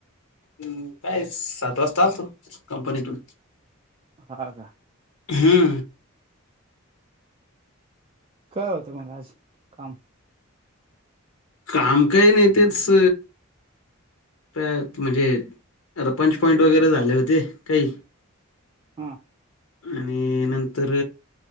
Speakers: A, on the left; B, on the right.
A: हम् काय सात वाजता आलतो कंपनीतून
B: खाजा
A: हुउ.
B: काय होतं मग आज काम?
A: काम काय नाही तेचस त्यात म्हणजे आता पंच पॉईंट वगैरे झाले होते काही
B: हा.
A: आणि नंतर